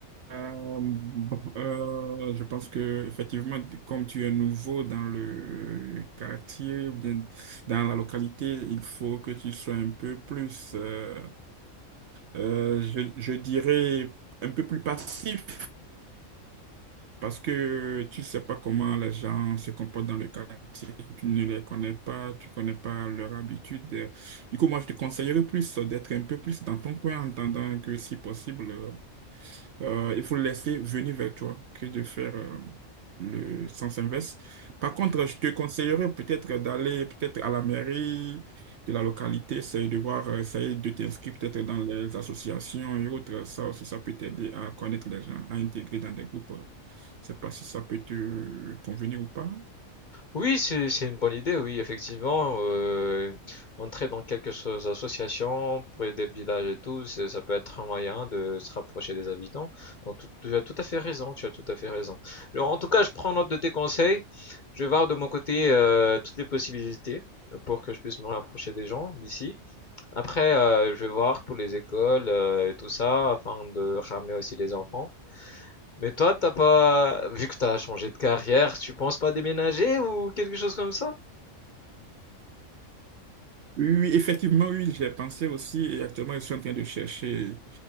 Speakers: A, on the right (about 60°); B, on the left (about 45°).
A: euh, bon, euh, je pense que effectivement, comme tu es nouveau dans le quartier ou bien dans la localité, il faut que tu sois un peu plus, euh, euh, je, je dirais, un peu plus passif parce que tu sais pas comment les gens se comportent dans le quartier, tu ne les connais pas, tu connais pas leurs habitudes. Du coup, moi, je te conseillerais plus d'être un peu plus dans ton coin en attendant que si possible. Euh, il faut le laisser venir vers toi que de faire euh, le sens inverse. Par contre, je te conseillerais peut-être d'aller peut-être à la mairie de la localité, essayer de voir, euh, essayer de t'inscrire peut-être dans les associations et autres. Ça aussi, ça peut t'aider à connaître les gens, à intégrer dans des groupes. Je sais pas si ça peut te convenir ou pas.
B: Oui, c'est c'est une bonne idée, oui, effectivement. Euh, entrer dans quelques so- associations pour aider le village et tout, c'est- ça peut être un moyen de se rapprocher des habitants. Donc tout- tu as tout à fait raison, tu as tout à fait raison. Alors, en tout cas, je prends note de tes conseils. Je vais voir de mon côté euh, toutes les possibilités pour que je puisse me rapprocher des gens d'ici. Après, euh, je vais voir pour les écoles euh, et tout ça, afin de ramener aussi les enfants. Mais toi, t'as pas, vu que t'as changé de carrière, tu penses pas déménager ou quelque chose comme ça?
A: Oui, oui, effectivement, oui, j'ai pensé aussi et actuellement, je suis en train de chercher